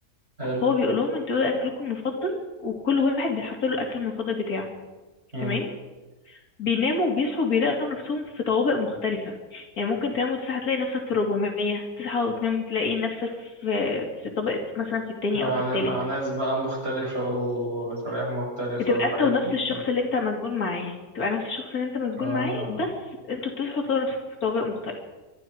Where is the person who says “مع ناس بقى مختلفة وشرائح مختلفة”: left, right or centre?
Right